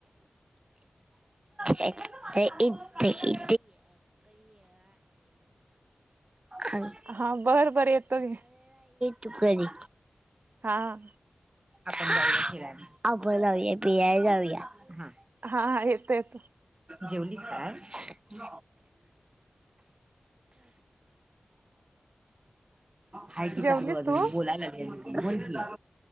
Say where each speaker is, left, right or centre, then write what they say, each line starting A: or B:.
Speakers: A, on the right (about 55°); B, on the right (about 25°).
A: <unintelligible>
B: <unintelligible> ह.
A: हा बरं बर येतो की.
B: तु घरी.
A: हा हा.
B: आपण जाऊया फीरायला जाउया हा.
A: हा येतो येतो.
B: जेवलीस काय आज् हाहे की
A: जेवलीस
B: चालू अजून
A: तू
B: बोलाय लागेल. बोल की